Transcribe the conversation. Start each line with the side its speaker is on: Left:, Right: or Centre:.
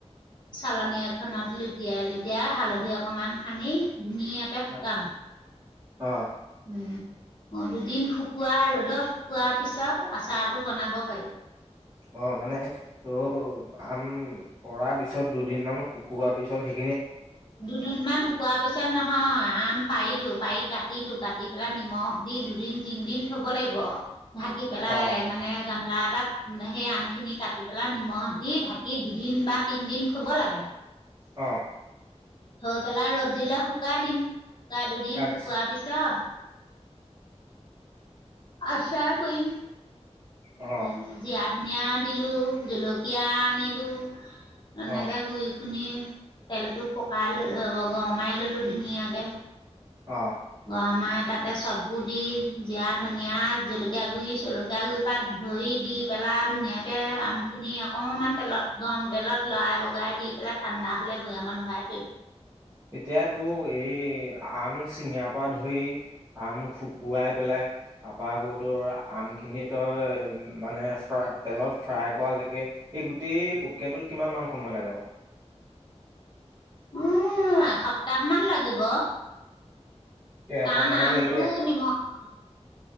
Left: চালনী এখনত লুটিয়াই-লুটিয়াই হালধি অকমান সানি ধুনীয়াকে শুকাম।
Right: আচ্ছা অ।
Left: উম, দুদিন শুকোৱা ৰ'দত শুকোৱাৰ পিছত আচাৰটো বনাব পাৰি।
Right: অ মানে ত' আম পৰা পিছত দুদিনমান শুকোৱাৰ পিছত সে
Left: দুদিনমান শুকোৱা পিছত নহ হয়। আম পাৰিলো, পাৰি কাটিলো, কাটি পেলাই নিমখ দি দুদিন-তিনদিন থ'ব লাগিব। ঢাকি পেলাই
Right: অ
Left: মানে গামলা এটাত সেই আমখিনি কাটি পেলাই নিমখ দি ঢাকি দুদিন বা তিনদিন থ'ব লাগে।
Right: অ
Left: থৈ পেলাই ৰ'দ দিলে শুকাই দিম। শুকা দুদিন
Right: আচ্ছা
Left: শুকোৱাৰ পিছত আচাৰ কৰিম। উ
Right: অ
Left: যি আ ধুনীয়া <unintelligible> লোঁ, জলকীয়া আনিলোঁ এনেকে
Right: অ
Left: গুড়ি খুনি তেলটো পকাই লৈ যাব, গৰমাই ল'লো ধুনীয়াকে।
Right: অ'
Left: <unintelligible> তাতে চববোৰ দি, জিৰা ধনীয়া, জলকীয়া গুড়ি, চলকীয়া গুড়িৰ পৰা ধৰি দি পেলাই ধুনীয়াকৈ আমখিনি অকণমান তেলত গৰম তেলত লৰাই-বগৰাই দি পেলাই ঠাণ্ডা হ'লে বৈয়ামত ভৰাই থৈ দিওঁ।
Right: এতিয়াতো এই আম চিঙাৰ পৰা ধৰি আম শুকুৱাই পেলাই তাৰপৰা আকৌ তোৰ আমখিনি তই মানে তেলত ফ্ৰাই কৰালৈকে, এই গোটেই প্ৰক্ৰিয়াটোত কিমান মান সময় লাগে বাৰু?
Left: উ এসপ্তাহমান লাগিব।
Right: এসপ্তাহ
Left: কাৰান
Right: মান
Left: আমটো
Right: লাগিব এস
Left: নিমখ <unintelligible>